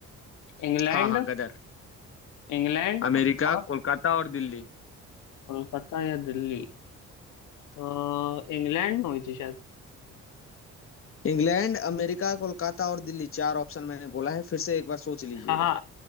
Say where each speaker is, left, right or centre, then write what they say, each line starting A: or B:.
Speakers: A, on the left (about 85°); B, on the left (about 45°).
A: इंग्लैंड
B: हाँ हाँ गदर
A: इंग्लैंड
B: अमेरिका
A: और
B: कोलकाता और दिल्ली
A: कोलकाता या दिल्ली तो इंग्लैंड में हुई थी शायद
B: इंग्लैंड अमेरिका कोलकाता और दिल्ली चार ऑप्शन मैंने बोला है फिर से एक बार सोच लीजिएगा
A: हाँ हाँ